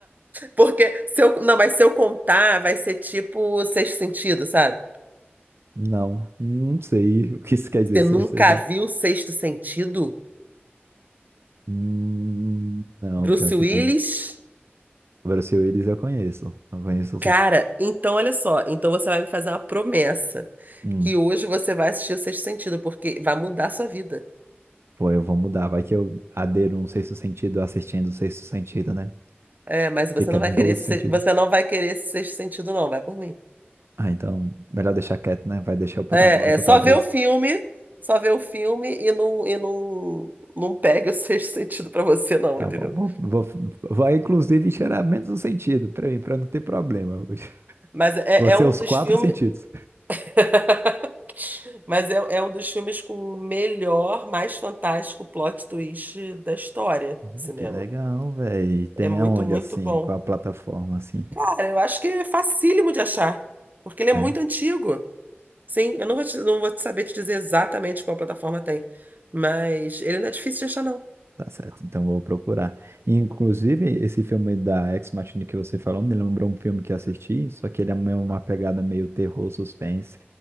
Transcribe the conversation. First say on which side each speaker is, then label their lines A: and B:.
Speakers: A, on the right; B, on the right.
A: Porque se eu, não, mas se eu contar, vai ser tipo o Sexto Sentido, sabe?
B: Não, não sei o que isso quer dizer.
A: Você
B: Seja,
A: nunca
B: seja...
A: viu o Sexto Sentido?
B: Hum, não,
A: Bruce
B: pior que
A: Willis?
B: não. Brasil, eles eu conheço. Eu conheço o
A: Cara,
B: sentido.
A: então olha só, então você vai me fazer uma promessa
B: Hum,
A: que hoje você vai assistir o Sexto Sentido, porque vai mudar a sua vida.
B: pô, eu vou mudar. Vai que eu adero um sexto sentido assistindo o sexto sentido, né?
A: É, mas você
B: Fica
A: não vai
B: 12
A: querer esse,
B: sentidos.
A: se- você não vai querer esse Sexto Sentido, não, vai por mim.
B: Ah, então, melhor deixar quieto, né? Vai deixar o paranoico,
A: É, é só
B: talvez.
A: ver o filme, só ver o filme e não, e não, não pegue o Sexto Sentido pra você, não,
B: Tá
A: entendeu?
B: bom. Vou, vou- vai, inclusive, cheirar menos um sentido pra mim, pra não ter problema. <laughs>
A: Mas é,
B: Vou ser
A: é um
B: os
A: dos
B: quatro
A: filmes.
B: sentidos.
A: <laughs> Mas é, é um dos filmes com o melhor, mais fantástico plot twist da história do cinema.
B: Ah, que legal, velho. Tem
A: É muito,
B: aonde,
A: muito
B: assim,
A: bom.
B: com a plataforma, assim,
A: Cara, eu acho que é facílimo de achar, porque ele é
B: né?
A: muito antigo. Sim, eu não vou te- não vou te saber te dizer exatamente qual plataforma tem, mas ele não é difícil de achar, não.
B: Tá certo, então vou procurar. Inclusive, esse filme da Ex Machina que você falou me lembrou um filme que assisti, só que ele é meio uma pegada meio terror, suspense,